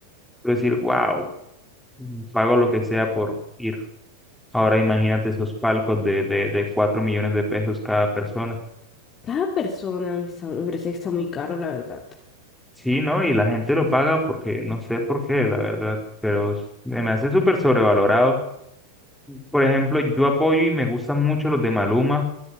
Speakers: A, in the centre; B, on the left (about 25°).
A: decir, wow, pago lo que sea por ir. Ahora imagínate esos palcos de, de, de 4 millones de pesos cada persona.
B: Cada persona me, está- me parece que está muy caro, la verdad.
A: Sí, ¿no? Y la gente lo paga porque, no sé por qué, la verdad, pero se me hace súper sobrevalorado Por ejemplo, yo apoyo y me gustan mucho los de Maluma